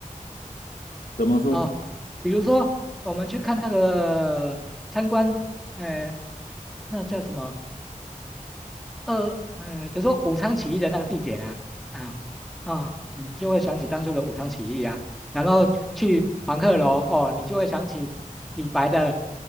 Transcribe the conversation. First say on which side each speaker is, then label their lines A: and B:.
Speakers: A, on the left; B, in the centre.
A: 怎么说？
B: 哦，比如说我们去看那个参观，呃，那叫什么二，呃，就说武昌起义的那个地点啊，啊啊，你就会想起当初的武昌起义啊，然后去黄鹤楼哦，你就会想起李白的